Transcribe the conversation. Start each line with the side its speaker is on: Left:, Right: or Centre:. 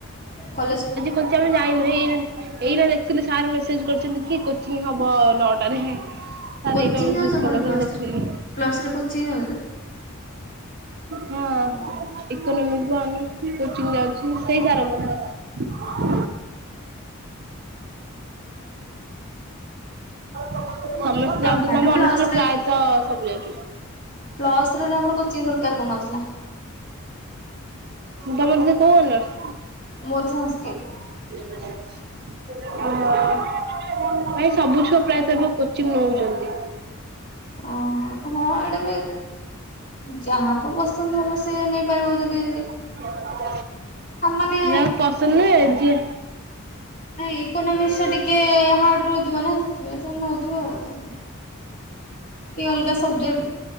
Left: କଲେଜ ଖୋ
Right: କୋଚିଂ ଆମେ ଯାଇନୁ ଏଇ ଏଇନା ଦେଖୁଥିଲି ସାର୍ ମେସେଜ୍ କରିଛନ୍ତି କି କୋଚିଂ ହ। ବ ନଟାରେ। ସଇ
Left: କୋଚିଂ
Right: ମୁଁ
Left: ଯାଉଛ ପୁଣି plus
Right: ଦେଖଥିଲି
Left: three
Right: <inaudible>
Left: plus three coaching ଯାଉଛ
Right: ହଁ ହଁ।
Left: ଓହୋ
Right: <unintelligible> ଇକୋନୋମିକ କୋଚିଂ ଯାଉଛି ସେଇ ତାରା ମଧ୍ୟ ଭଲରେ
Left: ଅ
Right: ଯାଉଚନ୍ତି
Left: ମାନେ
Right: ଆମ
Left: ପ୍ଲସ୍
Right: ଅନୁଷ୍ଟାନ ପ୍ରାୟତଃ ସବୁ ଯାଉଚୁ।
Left: ପ୍ଲସ ଥ୍ରୀ ରେ ଆମର କୋଚିଂ ଦରକାର ପନୁଥିଲା।
Right: ତମର ଦିଦି କୋଉ ଅନସ?
Left: ମୋର ସଂସ୍କୃତ।
Right: <unintelligible> ଭାଇ ସବୁ ଛୁଅ ପ୍ରାୟତଃ ଏବେ କୋଚିଂ ନଉଛନ୍ତି।
Left: ଓହୋ ହଁ ଏଇଟା ବି ଯାହାକୁ ପସନ୍ଦ ହବ ସେ ନେଇ ପାରିବ ଯଦି
Right: <unintelligible>
Left: ଆ ମାନେ
Right: ଯାହାକୁ ପସନ୍ଦ ନୁହେଁ ଯିଏ
Left: ନାଇଁ ଇକୋନୋମିକସ ଟା ଟିକେ ହାର୍ଡ ରହୁଥିବ ନା ସେଥିପାଇଁ ସେ ନଉଥିବ ଆଉ। କି ଅଲଗା ସବଜେକ୍ଟ